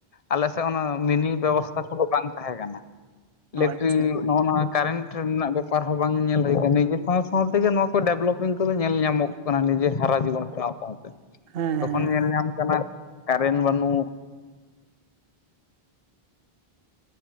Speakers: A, on the left; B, on the right.
A: ᱟᱞᱮ ᱥᱮᱜ ᱚᱱᱟ ᱢᱤᱱᱤ ᱵᱮᱵᱚᱥᱛᱟ ᱠᱚᱫᱚ ᱵᱟᱝ ᱛᱟᱦᱮᱸ ᱠᱟᱱᱟ᱾ ᱤᱞᱮᱠᱴᱨᱤ
B: ᱚ ᱟᱪᱪᱷᱟ
A: ᱱᱚᱜ-ᱚ ᱱᱚᱣᱟ ᱠᱟᱨᱮᱱᱴ ᱨᱮᱱᱟᱜ ᱵᱮᱯᱟᱨ ᱦᱚᱸ ᱵᱟᱝ ᱧᱮᱞ ᱦᱩᱭ ᱠᱟᱱᱟ ᱱᱤᱡᱮ ᱦᱚᱸᱥᱼᱼ ᱥᱟᱶ ᱛᱮᱜᱮ ᱱᱚᱣᱟ ᱠᱚ ᱰᱮᱵᱽᱞᱚᱯᱤᱝ ᱠᱚᱫᱚ ᱧᱮᱞ ᱧᱟᱢᱚᱜ ᱠᱟᱱᱟ ᱱᱤᱡᱮ ᱦᱟᱨᱟ ᱡᱤᱣᱚᱱ ᱥᱟᱶ ᱥᱟᱶᱛᱮ᱾
B: ᱦᱮᱸ
A: ᱛᱚᱠᱷᱚᱱ
B: ᱦᱮᱸ
A: ᱧᱮᱞ ᱧᱟᱢ ᱠᱟᱱᱟ ᱠᱟᱨᱮᱱ ᱵᱟᱹᱱᱩᱜ᱾